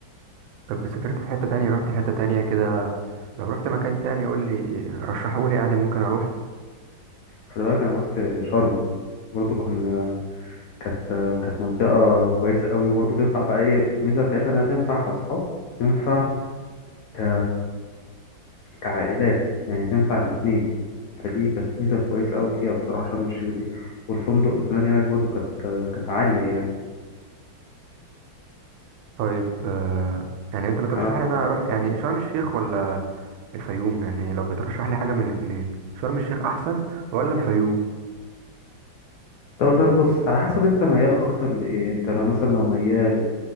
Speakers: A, on the right; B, on the left.
A: طب سافرت في حتة تانية رحت حتة تانية كده لو رحت مكان تاني قول لي رشحولي يعني ممكن اروح
B: خلي بالك أنا رحت شرم برضه كان كانت كانت منطقة كويسة قوي وبرضه تنفع بقى ايه الميزة بتاعتها انها تنفع كأصحاب تنفع ك... كعائلات يعني تنفع الاتنين فدي كانت ميزة كويسة قوي فيها بصراحة شرم الشيخ دي والفندق الفنادق هناك برضه كانت كانت عالية يعني
A: طيب آه، يعني انت بترشح
B: فأنا بصراحة
A: لي ان انا اروح
B: كويس
A: يعني شرم الشيخ ولا الفيوم يعني لو بترشح لي حاجة من الاتنين شرم الشيخ أحسن ولا الفيوم
B: طب شرم- بص على حسب انت ميال اكتر لايه انت لو مثلا لو ميال